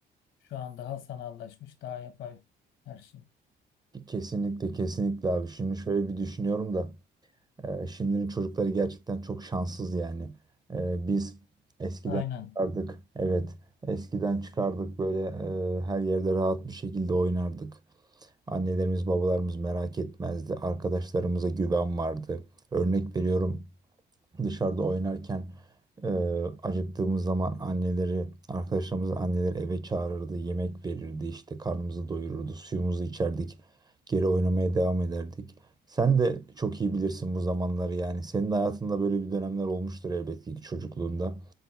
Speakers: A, on the left; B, on the right.
A: şu an daha sanallaşmış, daha yapay her şey.
B: Kesinlikle kesinlikle abi. Şimdi şöyle bir düşünüyorum da e, şimdinin çocukları gerçekten çok şanssız yani. E, biz eskiden
A: Aynen.
B: çıkardık. Evet eskiden çıkardık böyle e, her yerde rahat bir şekilde oynardık. Annelerimiz babalarımız merak etmezdi. Arkadaşlarımıza güven vardı. Örnek veriyorum Dışarıda oynarken e, acıktığımız zaman anneleri, arkadaşlarımız anneleri eve çağırırdı, yemek verirdi, işte karnımızı doyururdu, suyumuzu içerdik, geri oynamaya devam ederdik. Sen de çok iyi bilirsin bu zamanları yani. Senin hayatında böyle bir dönemler olmuştur elbette ki çocukluğunda.